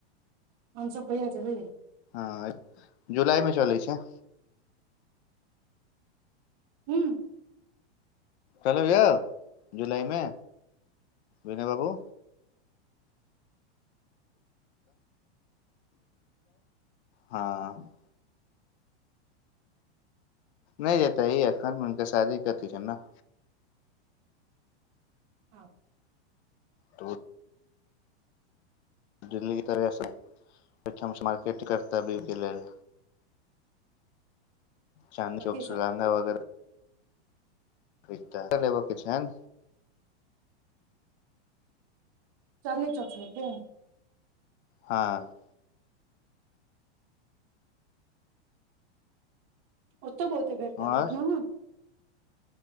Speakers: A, on the right; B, on the left.
A: हम सब कहिया जेबै
B: हँ जुलाईमे चलै छै
A: हूँ
B: चलब यौ जुलाई मे विनय बाबू हँ नहि जेतै ई एखन हुनका शादी के अथी छैन ने
A: हँ
B: तऽ दिल्लीे तरहसँ ठम सँ मारकेट करता ओहि के लेल चाँदी
A: कथी
B: चौक सुलाङंगा
A: सब
B: वगैरह एकटा लहंगा लेबऽ के छैन
A: चाँदनी चौक सँ लेथिन
B: हँ
A: ओ ओतौ बहुते भेटतैन
B: और
A: लखनऊओमे